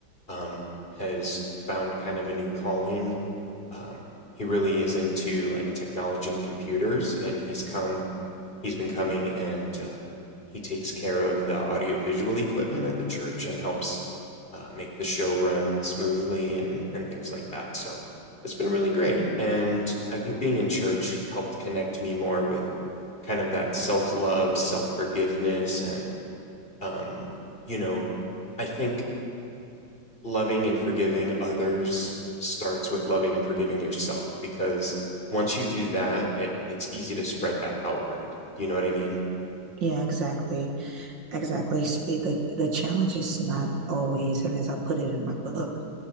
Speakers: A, on the left (about 25°); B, on the right (about 65°).
A: um, has found kind of a new calling. Um, he really is into like technology and computers, and he's come he's been coming and uh, he takes care of the audiovisual equipment at the church and helps uh, make the show run smoothly and, and things like that. So it's been really great. And I think being in church helped connect me more with kind of that self love, self forgiveness. And, um, you know, I think loving and forgiving others starts with loving and forgiving yourself because once you do that, it, it's easy to spread that outward. Do you know what I mean?
B: Yeah, exactly. Exactly. See, the the challenge is not always, and as I put it in my book,